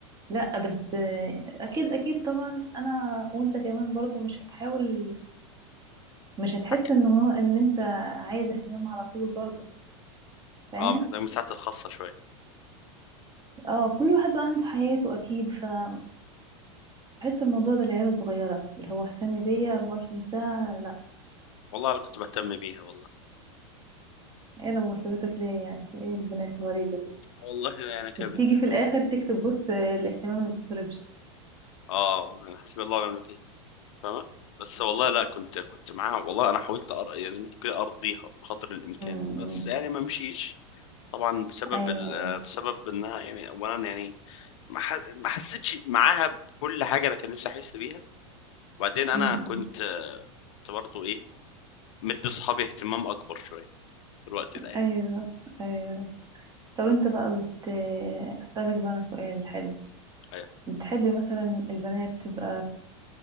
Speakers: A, on the right; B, on the left.
A: لا بس آه، اكيد اكيد طبعا انا وانت كمان برضو مش هتحاول مش هتحس
B: حك-
A: ان هو ان انت عايز اهتمام على طول برضو فاهم
B: اه محتاج مساحتي الخاصه شويه
A: اه كل واحد بقى عنده حياته اكيد فبحس الموضوع ده العيال الصغيره اللي هو اهتم بيا 24 ساعه لا
B: والله انا كنت بهتم بيها والله
A: ايه ده مرتبطك ليه يعني ايه البنات الغريبه دي
B: والله انا
A: وتيجي
B: يعني
A: في الاخر تكتب بوست آه، الاهتمام ما بيطلبش
B: اه يعني حسبي الله ونعم الوكيل فاهمة بس والله لا كنت كنت معاها والله انا حاولت أر... يعني زي ما تقول كده ارضيها بقدر الامكان
A: امم أمم.
B: بس يعني ما مشيش طبعا بسبب
A: ايوه
B: ال...
A: ايوه
B: آه، بسبب انها يعني اولا يعني ما, ح... ما حسيتش معاها بكل حاجه انا كان نفسي احس بيها وبعدين انا
A: امم أمم.
B: كنت آه، كنت برضو ايه مدي اصحابي اهتمام اكبر شويه في الوقت ده يعني
A: ايوه ايوه طب انت بقى بت هسألك بقى انا سؤال حلو
B: أيوة.
A: بتحبي مثلا البنات تبقى